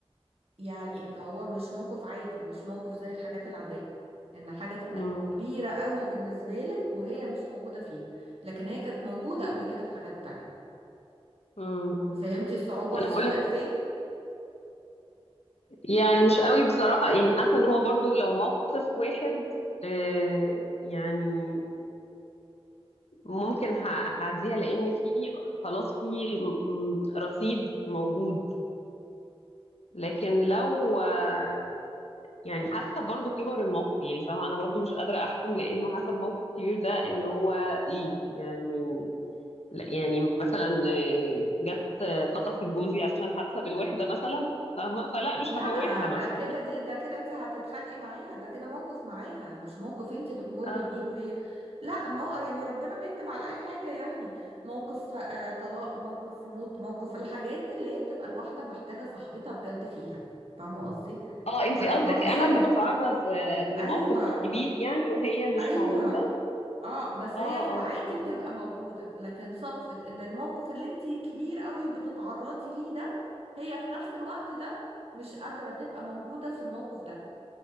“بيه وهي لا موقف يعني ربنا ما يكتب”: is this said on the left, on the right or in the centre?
Right